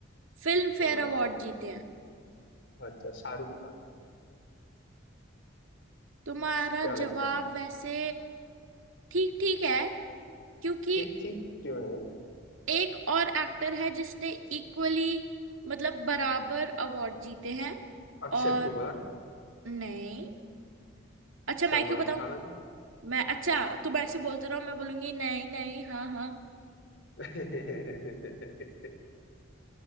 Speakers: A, on the right (about 80°); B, on the left (about 60°).
A: फिल्म फेयर
B: हाँ
A: अवार्ड जीते हैं
B: अच्छा शाहरुख खान
A: तुम्हारा
B: क्या लगता
A: जवाब
B: है
A: वैसे ठीक ठीक है क्योंकि
B: ठीक ठीक क्यों है
A: एक और एक्टर है जिसने इक्वली मतलब बराबर अवार्ड जीते हैं
B: अक्षय
A: और
B: कुमार
A: नहीं अच्छा
B: सलमान
A: मैं क्यों बताऊं
B: खान
A: मैं अच्छा तुम ऐसे बोलते रहो मैं बोलूंगी नहीं नहीं हाँ हाँ
B: <laughs> बिल्कुल